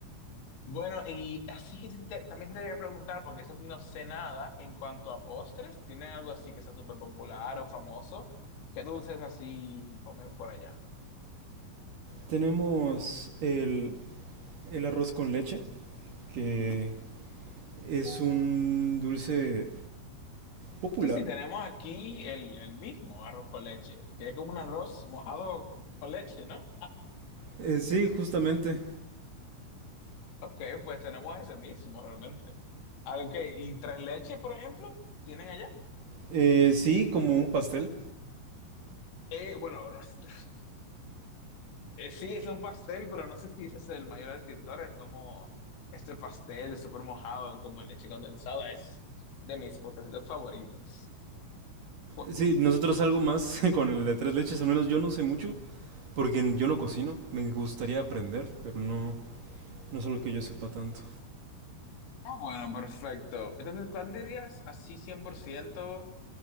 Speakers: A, on the left (about 75°); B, on the right (about 50°).
A: Bueno, y así que sí te- también te quería preguntar, porque eso sí no sé nada en cuanto a postres. ¿Tienen algo así que sea súper popular o famoso? ¿Qué dulces así comen por allá?
B: Tenemos el, el arroz con leche, que es un dulce popular.
A: Sí, sí, tenemos aquí el, el mismo arroz con leche, que es como un arroz mojado con leche, ¿no?
B: Eh, sí, justamente.
A: Ok, pues tenemos ese mismo realmente. Ah, ok, ¿y tres leche, por ejemplo, tienen allá?
B: Eh, sí, como un pastel.
A: Eh, bueno, no sé, <laughs> eh, sí, es un pastel, pero no sé si ese es el mayor descriptor, es como este pastel súper mojado, como en leche condensada, es de mis postres favoritos. Bu-
B: Sí, nosotros algo más <laughs> con el de tres leches, al menos yo no sé mucho, porque yo no cocino. Me gustaría aprender, pero no, no es algo que yo sepa tanto.
A: Ah, bueno, perfecto. Entonces, ¿cuál dirías así cien por ciento?